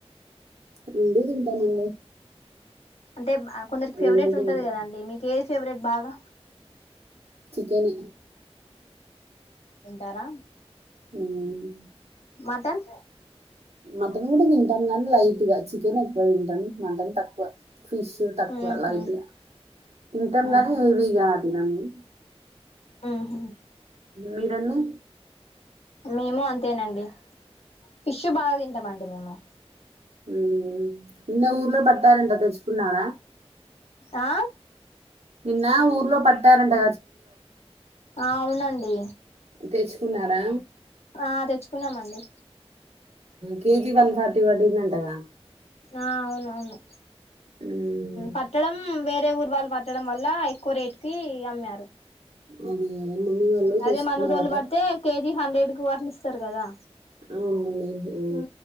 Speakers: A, on the right; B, on the left.
A: రెండూ తింటామండి
B: అంటే కొందరికి ఫేవరెట్
A: రెండు తింటాం
B: ఉంటుంది కదండి మీకు ఏ ఫెవరెట్ బాగా
A: చికెన్
B: తింటార
A: హ్మ్మమ్
B: మటన్
A: మటన్ కూడా తింటాం కాని లైట్ గా చికెన్ ఎక్కో తింటాం మటన్ తక్కువ ఫిష్ తక్కువ
B: ఉహు
A: లైట్గా తింటాం
B: ఉహు
A: కానీ హెవీగా తినంము
B: ఉ హూ
A: మీరన్నీ
B: మేము అంతేనండి ఫిష్ బాగా తింటామ అండి మేము
A: హ్మ్మ్ నిన్న ఊర్లో పట్టారంట తెచ్చుకున్నార
B: ఆ
A: నిన్న ఊర్లో పట్ట తరంటా
B: అవునండి
A: తెచ్చుకున్నారా
B: ఆ చ్చుకున్నామండి
A: కేజి వన్ ఫార్టీ పడింది అంటగా
B: ఆ అవునవును
A: ఉమ్,
B: పట్టడం వేర వేరే ఊర్వాలు పట్టడం వల్ల ఎక్కువ రేటు కి అమ్మారు
A: అది మమ్మీ వాళ్ళు
B: అదే
A: తెచ్చుకున్నారట
B: మనూరోళ్లు పడితే కేజి హండ్రెడ్ కి అట్లా ఇస్తారు కదా
A: అవునండి ఆ,
B: ఉ